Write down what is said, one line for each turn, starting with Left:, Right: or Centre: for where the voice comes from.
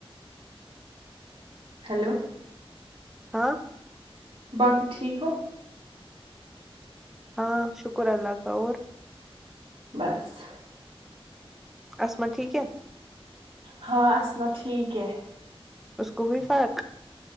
Right: ہیلو
Centre: ہاں
Right: باقی ٹھیک ہو
Centre: ہاں شکر اللہ کا اور
Right: بس
Centre: اسمہ ٹھیک ہے
Right: ہاں اسماء ٹھیک ہے
Centre: اس کو ہوئی فرق